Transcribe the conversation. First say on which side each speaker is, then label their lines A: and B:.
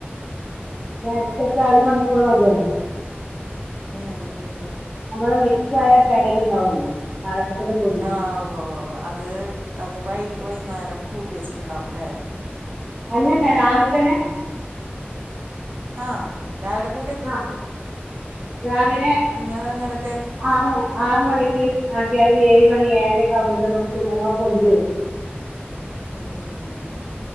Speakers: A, on the right; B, on the right.
A: അരച്ചചാ ഒരു മണിക്കൂർ മതിയല്ലോ
B: എ എഹ്
A: നമ്മളെ മിക്സ് ആയ പേക്കറ്റ് ഇണ്ടാവല്ലേ പാലപ്പത്തിന്റെ പൊ
B: ആ ഉവ്വവ്വവ അത് അത് വൈ വൈന്നാരം കൂട്ടി വെച്ചിട്ടുണ്ടാവുംല്ലേ
A: അല്ലല്ല രാവിൽ തന്നെ
B: ആ രാവിലെ കു
A: ആ രാവിലെ
B: നിങ്ങള് എങ്ങനത്തെ
A: ആറ് ആറ് മണിക്ക് ആക്കിയാല് ഏഴ് മണി ഏഴരക്കെ ആവുമ്പോക്ക് നമ്മക്ക് ചുടാ നല്ലോം പൊന്തിവരും
B: ഉം ഉം ഉം ഉം ഉ